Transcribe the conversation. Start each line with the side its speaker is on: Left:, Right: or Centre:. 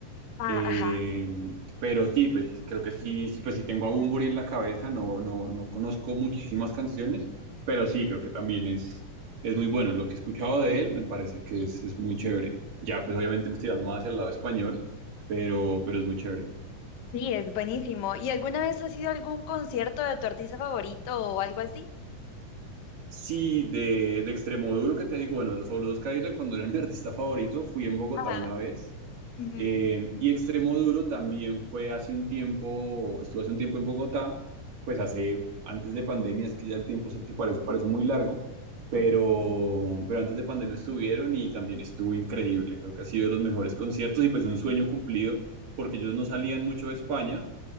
Left: Ah,
Right: Eh,
Left: ajá.
Right: pero sí, pues creo que sí, sí, pues sí tengo a Bunbury en la cabeza, no, no, no conozco muchísimas canciones, pero sí, creo que también es, es muy bueno. Lo que he escuchado de él me parece que es, es muy chévere. Ya, pues obviamente me estoy dando más hacia el lado español, pero, pero
Left: ujú.
Right: es muy chévere.
Left: Sí, es buenísimo. ¿Y alguna vez has ido a algún concierto de tu artista favorito o algo así?
Right: Sí, de, de extremo duro que te digo, bueno, Los Fabulosos Cadillacs cuando era mi <laughs> artista favorito, fui en Bogotá
Left: Ajá.
Right: una vez.
Left: Ujú.
Right: Eh, y extremo duro también fue hace un tiempo, estuvo hace un tiempo en Bogotá, pues hace, antes de pandemia, es que ya el tiempo se, se parece, parece muy largo, pero,
Left: Sí,
Right: pero antes de pandemia estuvieron y también estuvo increíble. Creo que ha sido de los mejores conciertos y pues un sueño cumplido, porque ellos no salían mucho de España